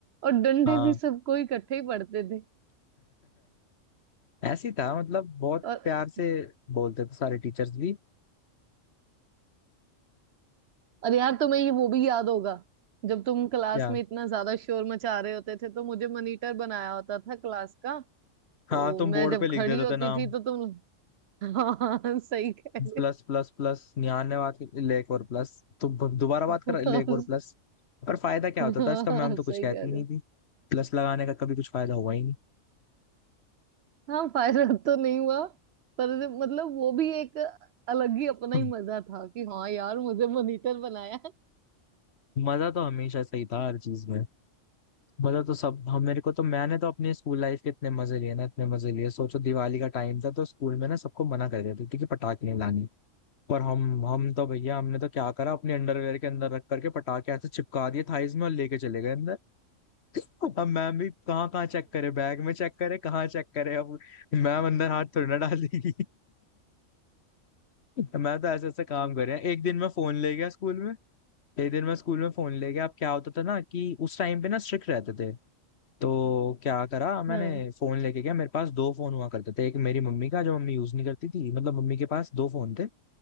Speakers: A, on the right (about 65°); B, on the left (about 55°).
A: और डंडे
B: हाँ
A: भी सबको इकट्ठे ही पड़ते थे
B: <laughs> ऐसी था मतलब बहुत
A: और
B: प्यार से बोलते थे सारे टीचर्स भी
A: अरे यार तुम्हें ये वो भी याद होगा जब तुम क्लास
B: क्या
A: में इतना ज्यादा शोर मचा रहे होते थे तो मुझे मॉनिटर बनाया होता था क्लास का
B: हाँ
A: तो
B: तुम बोर्ड
A: मैं जब
B: पे लिख
A: खड़ी
B: देते
A: होती
B: थे नाम
A: थी तो तुम <laughs> हाँ सही कह रहे
B: प्लस प्लस प्लस निहान ने बात की लेक और प्लस तो ब- दोबारा बात कर
A: हो।
B: लेक और प्लस पर फायदा क्या
A: हाँ
B: होता था इसका मैम तो
A: सही
B: कुछ कहती
A: कह रहे
B: ही नहीं
A: हो
B: थी प्लस लगाने का कभी कुछ फायदा हुआ ही नहीं
A: हाँ फायदा तो नहीं हुआ पर मतलब वो भी एक अलग ही अपना
B: हम्म,
A: ही मजा था कि हाँ यार मुझे मॉनिटर बनाया <laughs>
B: मजा तो हमेशा सही था हर चीज में मजा तो सब हम मेरे को तो मैंने तो अपने स्कूल लाइफ के इतने मजे लिए ना इतने मजे लिए सोचो दिवाली का टाइम था तो स्कूल में ना सबको मना कर देते थे कि पटाखे नहीं लाने पर हम हम तो भैया हमने तो क्या करा अपने अंडरवेयर के अंदर रख करके पटाखे ऐसे चिपका दिए थाईज में और लेके चले गए अंदर अब मैम भी कहाँ कहाँ चेक करे बैग में चेक करे कहाँ चेक करे अब मैम अंदर हाथ थोड़ी ना डाल देगी <laughs> मैं तो ऐसे ऐसे काम कर रहे हैं एक दिन मैं फोन ले गया स्कूल में एक दिन मैं स्कूल में फोन ले गया अब क्या होता था ना कि उस टाइम पे ना स्ट्रिक्ट रहते थे तो क्या करा मैंने
A: हाँ
B: फोन लेके गया मेरे पास दो फोन हुआ करते थे एक मेरी मम्मी का जो मम्मी यूज नहीं करती थी मतलब मम्मी के पास दो फोन थे